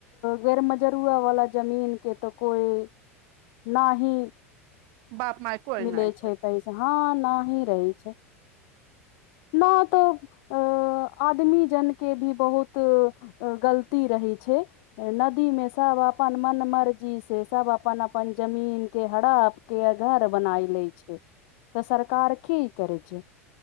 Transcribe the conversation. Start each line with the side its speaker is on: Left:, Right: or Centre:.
Left: गैरमजरुआ वाला जमीन के तऽ कोइ नही
Right: बाप माय कोइ
Left: मिले
Right: नहि
Left: छै पैसा हँ नही रहै छै नइ तऽ आदमी जनके भी बहुत गलती रहै छै नदीमे सभ अपन मन मर्जी से सभ अपन अपन जमीनके हरप के घर बनाय लैय छै तऽ सरकार की करै छै